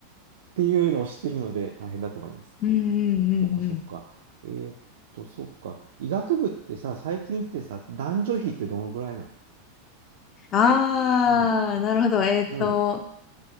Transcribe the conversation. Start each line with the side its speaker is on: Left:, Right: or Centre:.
Right: ていうのを知ってるので、大変だと思います。
Left: うんうんう
Right: はい。そっかそっか。
Left: んうん。
Right: えーっと、そっか。医学部ってさ、最近ってさ、男女比ってどのぐらいなの
Left: ああ、
Right: うん。
Left: なるほど。えっと、
Right: うん。